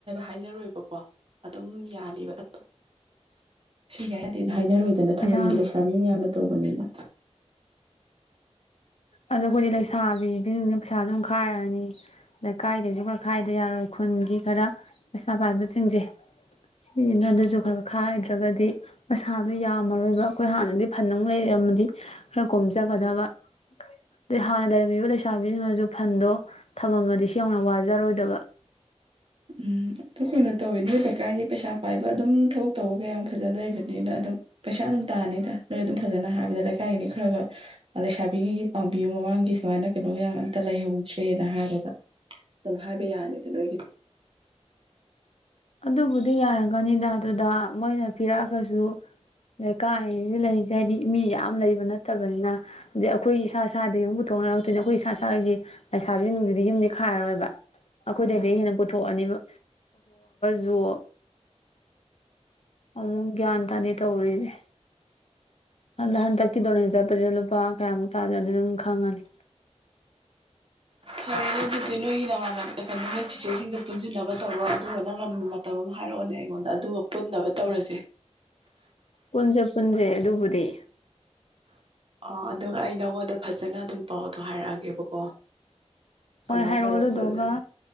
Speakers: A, on the right; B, on the left.
A: ꯍꯥꯏꯅꯔꯣꯏꯕ ꯕꯀꯣ ꯑꯗꯨꯝ ꯌꯥꯅꯤꯕ ꯊꯠꯄ ꯌꯥ ꯍꯥꯏꯅꯔꯣꯏꯗꯅ ꯊꯥꯕꯜꯒꯤ
B: ꯄꯩꯁꯥ
A: ꯂꯩꯩꯁꯥꯕꯤ ꯃꯌꯥꯝꯅ ꯇꯧꯕꯅꯤꯅ
B: ꯑꯗꯣ ꯑꯩꯈꯣꯏꯗꯤ ꯂꯩꯁꯥꯕꯤꯁꯤꯡꯅ ꯄꯩꯁꯥꯁꯨꯝ ꯈꯥꯏꯔꯅꯤ ꯂꯩꯀꯥꯏꯗꯒꯤꯁꯨ ꯈꯔ ꯈꯥꯏꯗ ꯌꯥꯔꯣꯏ ꯈꯨꯟꯒꯤ ꯈꯔ ꯄꯩꯁꯥ ꯄꯥꯏꯕꯁꯤꯡꯁꯦ ꯁꯤꯁꯤꯅ ꯑꯗꯨꯁꯨ ꯈꯔ ꯈꯥꯏꯗ꯭ꯔꯒꯗꯤ ꯄꯩꯁꯥꯗꯣ ꯌꯥꯝꯃꯔꯣꯏꯕ ꯑꯩꯈꯣꯏ ꯍꯥꯟꯅꯗꯤ ꯐꯟ ꯅꯨꯡ ꯂꯩꯔꯝꯃꯗꯤ ꯈꯔ ꯀꯣꯝ ꯖꯒꯗꯕ ꯑꯗꯩ ꯍꯥꯟꯅ ꯂꯩꯔꯝꯃꯤꯕ ꯂꯩꯁꯥꯕꯤꯁꯤꯡꯅꯁꯨ ꯐꯟꯗꯣ ꯊꯝꯃꯝꯃꯗꯤ ꯁꯤ ꯌꯧꯅ ꯋꯥꯖꯔꯣꯏꯗꯕ
A: ꯎꯝ ꯇꯁꯦꯡꯅ ꯇꯧꯋꯦ ꯅꯣꯏ ꯂꯩꯀꯥꯏ ꯀꯥꯏꯗꯤ ꯄꯩꯁꯥ ꯄꯥꯏꯕ ꯑꯗꯨꯝ ꯊꯕꯛ ꯇꯧꯕꯒ ꯌꯥꯝ ꯐꯖꯅ ꯂꯩꯕꯅꯤꯅ ꯑꯗꯨꯝ ꯄꯩꯁꯥ ꯑꯗꯨꯝ ꯇꯥꯅꯤꯗ ꯅꯣꯏ ꯑꯗꯨꯝ ꯐꯖꯅ ꯍꯥꯏꯕꯗ ꯂꯩꯀꯥꯏꯒꯤꯅꯤ ꯈꯔꯒ ꯂꯩꯁꯥꯕꯤꯉꯩꯒꯤ ꯄꯥꯡꯕꯤꯌꯨ ꯃꯃꯥꯡꯒꯤ ꯁꯨꯃꯥꯏꯅ ꯀꯩꯅꯣ ꯃꯌꯥꯝ ꯑꯝꯇ ꯂꯩꯍꯧꯗ꯭ꯔꯦꯅ ꯍꯥꯏꯔꯒ ꯑꯗꯨꯝ ꯍꯥꯏꯕ ꯌꯥꯅꯤꯗ ꯅꯣꯏꯒꯤꯗꯤ
B: ꯑꯗꯨꯕꯨꯗꯤ ꯌꯥꯔꯒꯅꯤꯗ ꯑꯗꯨꯗ ꯃꯣꯏꯅ ꯄꯤꯔꯛꯑꯒꯁꯨ ꯂꯩꯀꯥꯏꯖꯤꯗ ꯂꯩꯔꯤꯖꯦ ꯍꯥꯏꯗꯤ ꯃꯤ ꯌꯥꯝ ꯂꯩꯕ ꯅꯠꯇꯕꯅꯤꯅ ꯑꯗꯩ ꯑꯩꯈꯣꯏ ꯏꯁꯥ ꯏꯁꯥꯗꯒꯤ ꯑꯃ ꯄꯨꯊꯣꯛꯅꯔꯛꯇꯣꯏꯅꯤ ꯑꯩꯈꯣꯏ ꯏꯁꯥ ꯏꯁꯥꯒꯤꯗꯤ ꯂꯩꯁꯥꯕꯤꯁꯤꯡꯗꯨꯗꯤ ꯌꯨꯝꯗꯤ ꯈꯥꯏꯔꯔꯣꯏꯕ ꯑꯩꯈꯣꯏꯗꯗꯒꯤ ꯍꯦꯟꯅ ꯄꯨꯊꯣꯛꯑꯅꯤꯕ ꯖꯨ ꯑꯃꯨꯛ ꯒ꯭ꯌꯥꯟ ꯇꯥꯗꯦ ꯇꯧꯔꯤꯖꯦ ꯑꯗ ꯍꯟꯗꯛꯀꯤ ꯗꯣꯅꯦꯁꯟ ꯆꯠꯄꯁꯦ ꯂꯨꯄꯥ ꯀꯌꯥꯃꯨꯛ ꯇꯥꯅꯗꯣꯏꯅꯣ ꯑꯗꯨ ꯑꯗꯨꯝ ꯈꯪꯉꯅꯤ
A: ꯐꯔꯦꯅ ꯑꯗꯨ ꯗꯤ ꯅꯣꯏꯒꯤꯅ ꯅꯣꯏ ꯆꯦꯆꯦ ꯖꯤꯡꯗꯨ ꯄꯨꯟꯁꯤꯟꯅꯕ ꯇꯧꯔꯣ ꯑꯗꯨꯒ ꯅꯪꯅ ꯃꯇꯝ ꯑꯃ ꯍꯥꯏꯔꯛꯑꯣꯅꯦ ꯑꯩꯉꯣꯟꯗ ꯑꯗꯨꯒ ꯄꯨꯟꯅꯕ ꯇꯧꯔꯁꯦ
B: ꯄꯨꯟꯁꯦ ꯄꯨꯟꯁꯦ ꯑꯗꯨꯕꯨꯗꯤ
A: ꯑ ꯑꯗꯨꯒ ꯑꯩ ꯅꯉꯣꯟꯗ ꯐꯖꯅ ꯑꯗꯨꯝ ꯄꯥꯎꯗꯣ ꯍꯥꯏꯔꯛꯑꯒꯦꯕꯀꯣ
B: ꯍꯣꯏ
A: ꯑꯗꯨꯃꯥꯏꯅ
B: ꯍꯥꯏꯔꯛꯑꯣ
A: ꯇꯧꯔ
B: ꯑꯗꯨꯗꯨꯒ
A: ꯄꯨꯜꯂꯁꯦ